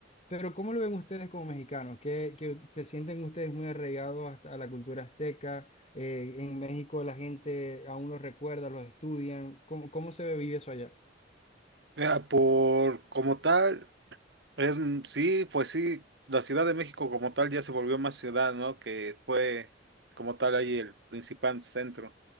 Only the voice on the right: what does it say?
Mira, por como tal, es mm, sí, pues sí, la Ciudad de México como tal ya se volvió más ciudad, ¿no? Que fue como tal ahí el principal centro.